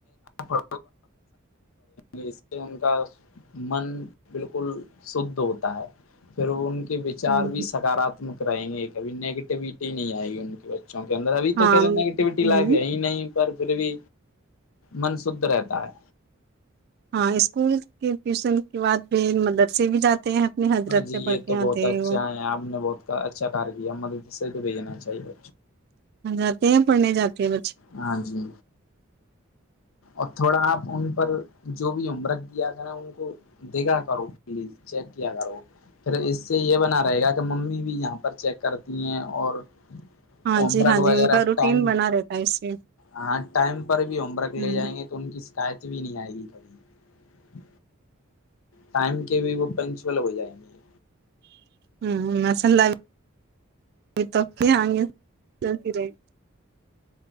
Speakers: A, on the left; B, on the right.
A: پ اس سے ان کا من بالکل شھ ہوتا ہے پھر ان کے وچار
B: ہاں
A: بھی سکارااتمک رہیں گے ایک کبھی نگیٹیویٹی ہی نہیں آئے گی ان کی ب کیون اندر ا بھی
B: ہاں
A: تو خ نیگیٹیویٹی
B: ہوں
A: لگے ا نہیں پر پھر بھی من شھ رہتا ہے
B: ہاں اسکول کے ٹیوشن کے بعد بھی مدرسے بھی جاتے ہیں اپنے حضرت
A: ہاں جی
B: سے پڑھ
A: یہ
B: کے
A: تو بہت
B: آتے
A: اچھا
B: ہیں وہ
A: ہے آپ نے بہت اچھا کار کیا مدد سے تو بھیجناا صحیح بھ
B: جاتے ہیں پڑ نہیں جاتے ہیں بچے
A: ہاں جی اچا تھوڑا آپ ان پر جو بھی عمرک کیایا کریں ان کو دھا کرو پلیز چیک کیا کرو پھر اس سے یہ بنا رہے گا کہ ممی بھی یہاں پر چیک کرتی ہیں اور
B: ہاں
A: عمرک
B: جی ہاں
A: وغیرہ
B: جی ان کا روٹین
A: ٹائم
B: بنا رہتا ہے اس سے
A: ہاں ٹائم پر بھی ہوم ورک
B: ہوں
A: لے جائیں گے تو ان کی شکایت بھی نہیں آئے گی کھی ٹائم کے بھی وہ پنچول ہو جائےیں گی
B: ہوں مسند ل یہ توک
A: ہاں
B: ہگلتی
A: جی
B: رہے